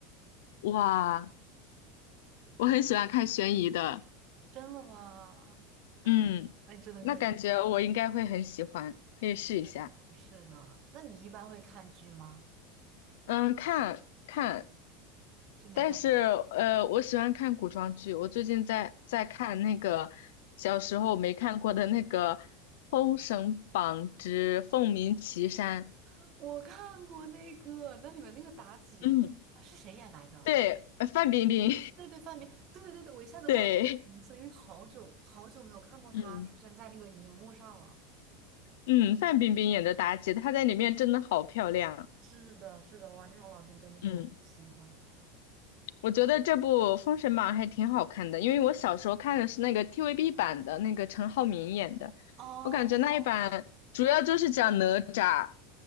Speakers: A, on the left; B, on the right.
A: 哇，我很喜欢看悬疑的。
B: 真的吗？
A: 嗯，
B: 那你真的可以去
A: 那感觉我应该会很喜欢，可以试一下。
B: 吗？是的，那你一般会看剧吗？
A: 嗯，看看
B: 就哪种？
A: 但是呃，我喜欢看古装剧，我最近在在看那个小时候没看过的那个《封神榜之凤鸣岐山》。
B: <laughs> 我看过那个，那里面那个妲己啊，
A: 嗯，
B: 是谁演来着？
A: 对，呃范冰冰，
B: 对对，范冰，对对对，我一下子忘记名字，
A: <laughs> 对，
B: 因为好久好久没有看过她出现在那个荧幕上了。
A: 嗯嗯，范冰冰演的妲己，她在里面真的好漂亮。
B: 是的，是的，哇，那种老片真的是我很喜欢。
A: 嗯，我觉得这部《封神榜》还挺好看的，因为我小时候看的是那个 TVB 版的，那个陈浩民演的，
B: 哦，
A: 我感觉那一版主要就是讲哪吒。